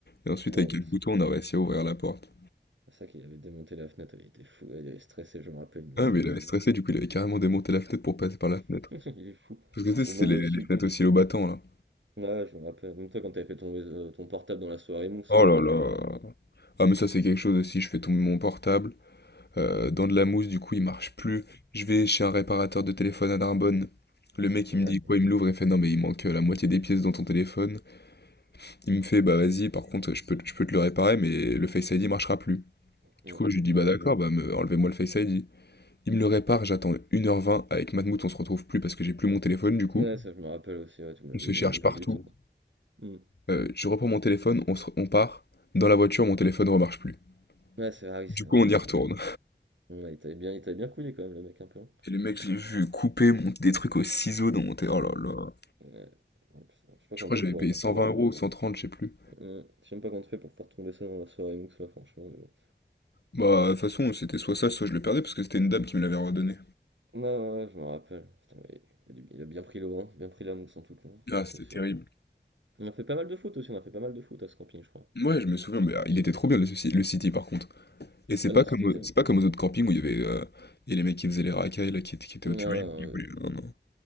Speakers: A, on the left; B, on the right.
A: et ensuite
B: Ouais,
A: avec
B: non,
A: un couteau,
B: c'est
A: on a réussi à ouvrir la porte.
B: c'est ça qu'il avait démonté la fenêtre, il était fou, il avait stressé, je me rappelle, il
A: Ah,
B: nous avait
A: mais
B: dit.
A: il avait stressé, du coup, il avait carrément démonté la fenêtre pour passer par la fenêtre.
B: <laughs> Il est fou.
A: Parce que tu sais,
B: Ou
A: c'est
B: même
A: les,
B: aussi,
A: les fenêtres aussi au battant là.
B: ouais, je me rappelle, même toi quand t'avais fait tomber euh, ton portable dans la soirée mousse
A: Oh
B: là.
A: là là. Ah, mais ça, c'est quelque chose aussi, je fais tomber mon portable. euh, dans de la mousse, du coup il marche plus. Je vais chez un réparateur de téléphone à Narbonne. Le mec
B: Ouais,
A: il me dit quoi, il me l'ouvre et fait non mais il manque euh, la moitié des pièces dans ton téléphone. Il me fait bah vas-y, par contre je peux, je peux te le réparer mais le Face ID marchera plus.
B: je-
A: Du
B: ouais,
A: coup je lui dis
B: ouais,
A: bah d'accord, bah me- enlevez-moi le Face ID. Il me le répare, j'attends une heure vingt avec Matmout, on se retrouve plus parce que j'ai plus mon téléphone du coup.
B: je- ouais, ça je me rappelle aussi, ouais, tu me l'avais
A: On se cherche
B: dit, vous avez pris
A: partout.
B: du temps. Hmm.
A: Euh, je reprends mon téléphone, on, se- on part. Dans la voiture, mon téléphone ne remarche plus.
B: Ouais, c'est vrai, oui,
A: Du
B: c'est vrai,
A: coup, on
B: je
A: y
B: me
A: retourne.
B: rappelle. Ouais, il t'avait bien, il t'avait bien couillé quand même, le mec, un peu. hein.
A: Et le mec, je l'ai vu couper mon- des trucs au ciseau dans mon téléphone. Oh là là.
B: Ouais. Je sais pas
A: Je
B: comment
A: crois
B: t'as
A: que
B: fait
A: j'avais
B: pour
A: payé
B: la faire
A: 120
B: tomber là-dedans.
A: euros ou 130, je sais plus.
B: Ouais. Je sais même pas comment t'as fait pour faire tomber ça dans la soirée mousse là, franchement, mais bon.
A: Bah, de toute façon, c'était soit ça, soit je le perdais parce que c'était une dame qui me l'avait redonné.
B: Non, ouais, ouais, je me rappelle. Putain, mais il a du- il a bien pris l'eau, vent, bien pris la mousse en tout cas, hein.
A: Ah,
B: ça c'est
A: c'était
B: sûr.
A: terrible.
B: On a fait pas mal de foot aussi, on a fait pas mal de foot à ce camping, je crois.
A: Ouais, je me souviens, mais ah, il était trop bien le, Suci- le City par contre. Et c'est
B: Ah
A: pas
B: non, le
A: comme,
B: City était.
A: au-
B: là.
A: c'est pas comme aux autres campings où il y avait, euh, il y a les mecs qui faisaient les racailles là, qui, étaient- qui étaient
B: Ah ouais,
A: au terrain.
B: ouais.
A: ils voulaient-
B: ouais.
A: Non, non.